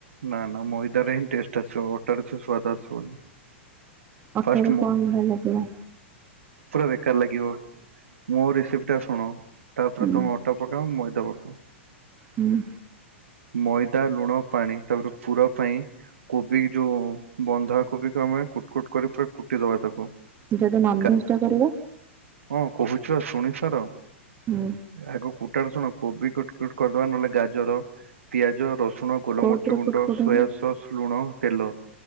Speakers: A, on the right (about 80°); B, on the right (about 30°).
A: ନା ନା ମଇଦାରେ ହିଁ ଟେଷ୍ଟ ଆସିବ ଅଟାରେ ସେ ସ୍ଵାଦ ଆସିବନି।
B: ଅଟାରେ
A: ଫାଷ୍ଟ ମୁଁ
B: କଣ <unintelligible> ଲାଗିଲା?
A: ପୁରା ବେକାର ଲାଗିବ। ମୋ ରେସିପଟ ଟା ଶୁଣ ତାପରେ
B: ହୁଁ
A: ତମେ ଅଟୋ ପକାଅ ମଇଦା ପକାଅ
B: ହୁଁ।
A: ମଇଦା ଲୁଣ ପାଣି ତାପରେ ପୁର ପାଇଁ କୋବି ଯୋଉ ବନ୍ଧା କୋବିକୁ ଆମେ କୁଟ କୁଟ କରି ପୁରା କୁଟିଦବା ତାକୁ।
B: ଯଦି ନନଭେଜ
A: ଗା
B: ଟା କରିବା?
A: ହଁ କହୁଛିପା ଶୁଣି ସାର
B: ହୁଁ
A: ଆଗକୁ କଟ ଶୁଣ କୋବି କଟ କଟ କରିଦବା ନହେଲେ ଗାଜର ପିଆଜ ରସୁଣ ଗୋଲମରିଚ୍ଚ
B: କୋଉଥିରେ
A: ଗୁଣ୍ଡ
B: କୁଟ କୁଟ
A: ସୋୟା
B: ହବ
A: ସସ୍ ଲୁଣ ତେଲ